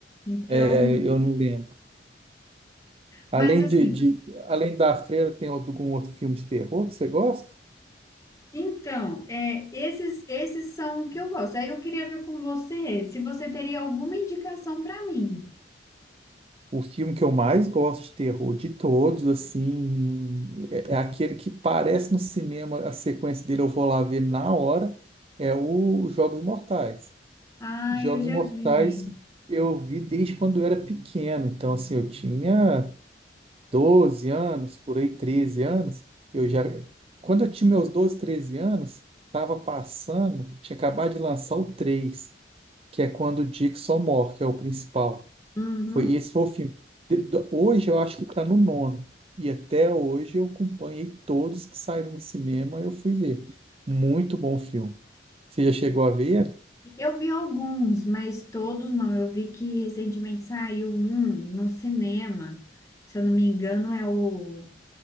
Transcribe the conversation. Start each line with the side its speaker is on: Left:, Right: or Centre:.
Left: Então,
Right: É, eu não lembro. Além
Left: mas assim,
Right: de, de- além da Freira, tem algum outro filme de terror que você gosta?
Left: então, é, esses, esses são o que eu gosto. Aí eu queria ver com você se você teria alguma indicação para mim.
Right: O filme que eu mais gosto de terror de todos, assim, é, é aquele que parece no cinema, a sequência dele eu vou lá ver na hora, é o Jogos Mortais.
Left: Ah,
Right: Jogos
Left: eu já
Right: Mortais
Left: vi.
Right: eu vi desde quando eu era pequeno, então assim, eu tinha 12 anos, por aí 13 anos, eu já quando eu tinha meus 12, 13 anos, estava passando, tinha acabado de lançar o 3. que é quando o Dixon morre, que é o principal.
Left: Uhum.
Right: Foi esse foi o filme. De- do- Hoje eu acho que está no nono. E até hoje eu acompanhei todos que saíram do cinema, eu fui ver. Muito bom filme. Você já chegou a ver?
Left: Eu vi alguns, mas todos não. Eu vi que recentemente saiu um no cinema. Se eu não me engano, é o